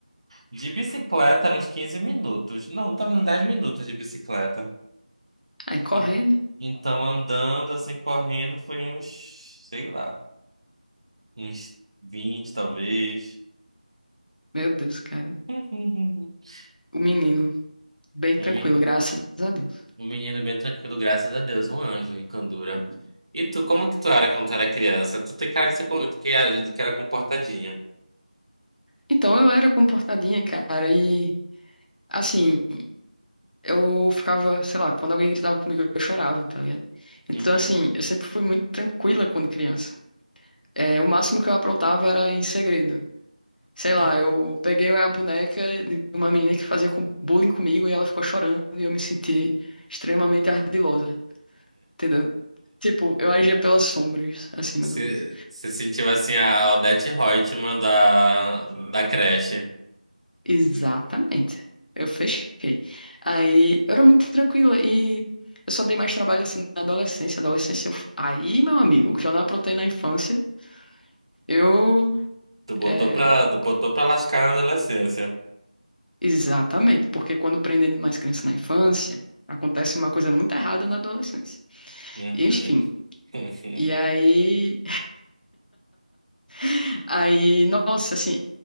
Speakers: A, on the right; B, on the left.
A: de bicicleta eram uns 15 minutos. Não, tava uns 10 minutos de bicicleta.
B: Aí, correndo.
A: En- Então, andando, assim, correndo, foi uns, sei lá, uns 20 talvez.
B: Meu Deus, cara.
A: <laughs>
B: O menino, bem tranquilo,
A: Um men-
B: graças a Deus.
A: um menino bem tranquilo, graças a Deus, um anjo em candura. E tu, como que tu era quando tu era criança? Tu tem cara de ser co- que era, de que era comportadinha.
B: Então eu era comportadinha, cara, e assim. eu ficava, sei lá, quando alguém gritava comigo, eu chorava, tá ligado? Então,
A: Uhum.
B: assim, eu sempre fui muito tranquila quando criança. É, o máximo que eu aprontava era em segredo. Sei lá,
A: <laughs>
B: eu peguei a boneca de uma menina que fazia com- bullying comigo e ela ficou chorando e eu me senti extremamente ardilosa, entendeu? Tipo, eu agia pelas sombras, assim, mais
A: Se,
B: ou menos.
A: se sentiu assim a Odete Reutemann da, da creche.
B: Exatamente. Eu fechei. Aí eu era muito tranquila e eu só dei mais trabalho assim na adolescência. Adolescência, eu... f- aí, meu amigo, o que eu não aprontei na infância, eu.
A: Tu botou
B: é,
A: pra, tu botou pra lascar na adolescência.
B: Exatamente, porque quando prendem demais criança na infância, acontece uma coisa muito errada na adolescência.
A: Uhum.
B: Enfim.
A: <laughs>
B: E aí. <laughs> Aí, nossa, assim,